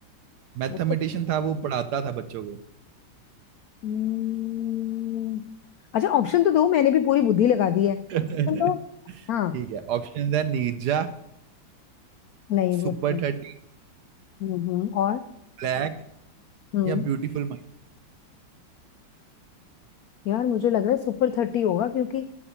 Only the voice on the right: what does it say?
मैथमेटिशियन
था वो पढ़ाता था बच्चों को
<laughs>
ठीक है ऑप्शन है नीरजा
सुपर
थर्टी
ब्लैक
या ब्यूटीफुल माइंड